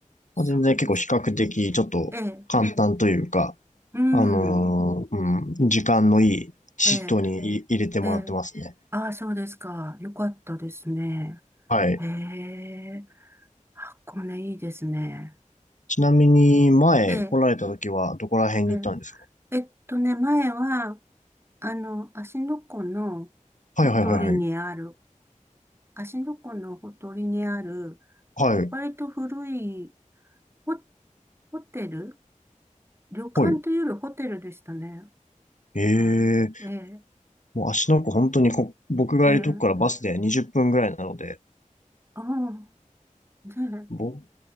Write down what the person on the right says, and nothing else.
そうですか。
ええ。うん。
ええ。ええ。ああ、そうですか。よかったですね。
へえ。箱根いいですね。
ええ。ええ。えっとね、前は、あの、芦ノ湖のほとりにある
芦ノ湖のほとりにある、
割と古いホ、ホテル旅館というよりホテルでしたね。
はい。ええ、
ええ、ああ、ね